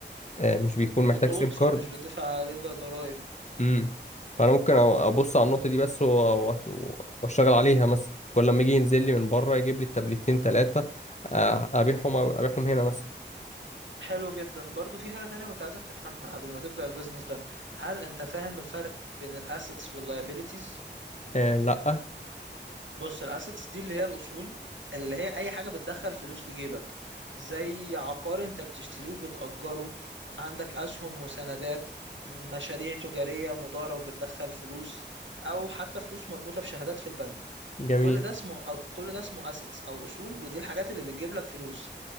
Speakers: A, on the left (about 40°); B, on the right (about 85°).
A: آه، مش بيكون محتاج
B: خطوط
A: سيم كارد
B: فمش بتدفع عليها ضرائب
A: امم فانا ممكن أ- ابص على النقطه دي بس و- و- واشتغل عليها مثلا كل لما يجي ينزل لي من بره يجيب لي التابلتين ثلاثه ابيعهم ابيعهم هنا مثلا
B: حلو جدا برضو في حاجة تانية كنت عايزك تفهمها قبل ما تبدأ البيزنس ده هل انت فاهم الفرق بين الاسيتس واللايبيليتيز
A: آه لا
B: بص الاسيتس دي اللي هي الاصول اللي هي اي حاجة بتدخل فلوس لجيبك زي عقار انت بتشتريه وبتأجره عندك اسهم وسندات مشاريع تجارية مضارة وبتدخل فلوس او حتى فلوس مربوطة في شهادات في البنك
A: جميل
B: كل ده اسمه كل ده اسمه اسيتس او اصول ودي الحاجات اللي بتجيب لك فلوس